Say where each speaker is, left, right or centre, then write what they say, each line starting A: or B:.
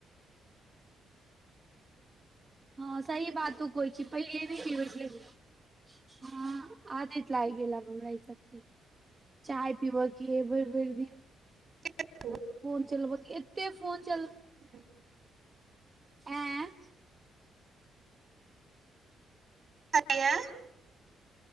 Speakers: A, on the right; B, on the right.
A: हँ सही बात तु कहै छिहिन पहिले नहि पीबैत छले हँ आदत लागग गेल आब हमरा ई सब के चाय पिबऽ कि भरि भरि दिन
B: ह <inaudible>
A: फोन चलब एतेक फोन चल
B: हू <inaudible>
A: आँ
B: हया